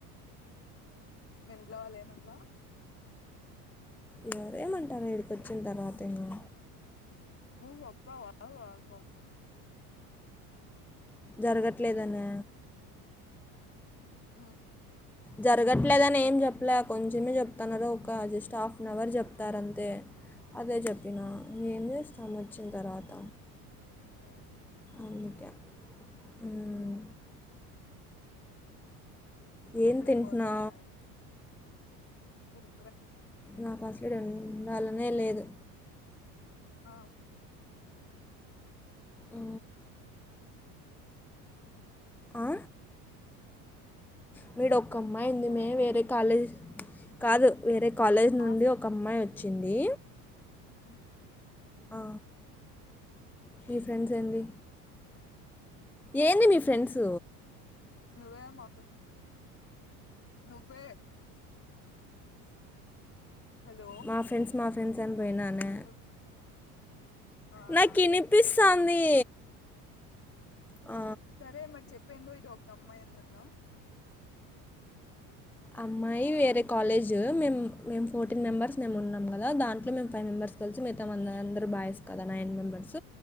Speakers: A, on the left (about 30°); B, in the centre.
A: మీ ఇంట్లో వాళ్లు ఏం అన్నారా
B: ఎవరేమంటారా ఇడాకీ వచ్చిన తర్వాత ఏమో
A: నువ్వు వస్తావా వావు మమ్
B: జరగట్లేదన్న
A: ఆ
B: జరగట్లేదని ఏం చెప్పలే కొంచెమే చెప్తున్నారుర ఒక జస్ట్ హాఫ్ అన్ అవర్ చెప్తారంతే అదే చెప్పినా
A: ఉమ్
B: నేం చేస్తాం వచ్చిన తర్వాత
A: ఆ
B: అందుకే మ్మ్.
A: అ
B: ఏం
A: అప్పుడే
B: తింటున్నా
A: పోతున్నావా అడాకీ
B: నాకు అస్సలే ఇడా ఉండాలనే లేదు
A: ఆ
B: ఉ ఆ మీడు
A: మా
B: ఒక్క
A: ఫ్రెండ్స్
B: అమ్మాయింది
A: అని పోయావ్
B: మే వేరే కాలేజీ కాదు వేరే కాలేజ్
A: మా
B: నుండి ఒక అమ్మాయి వచ్చింది
A: అ
B: ఆ మీ ఫ్రెండ్స్ ఏంది ఏంది మీ ఫ్రెండ్స్
A: నువ్వే మా ఫ్రెం నువ్వే హలో
B: మా ఫ్రెండ్స్ మా ఫ్రెండ్స్ అని పోయినాను
A: ను ఆ
B: నాకు
A: అదే
B: ఇనిపిస్తతది
A: అంటున్నా
B: ఆ
A: సరే మరి చెప్పు ఏందో ఇటు ఒక అమ్మాయి ఉంది అన్నావ్
B: అమ్మాయి వేరే కాలేజ్ మేము మే ఫోటీన్ మెంబర్స్ మేము ఉన్నా కదాంట్ మే ఫైవ్ మెంబర్స్ కలిసి మిగతా వంద బాయ్స్ కదా నైన్ మెంబర్స్